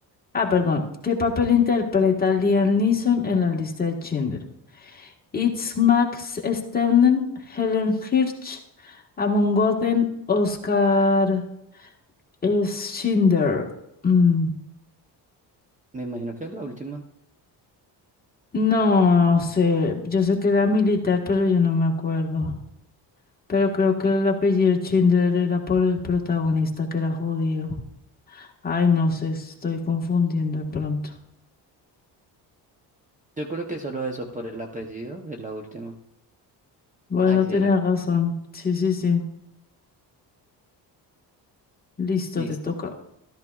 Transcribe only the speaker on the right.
Me imagino que es la última.
Yo creo que solo eso por el apellido es la última.
Ay, sí
era.
Listo.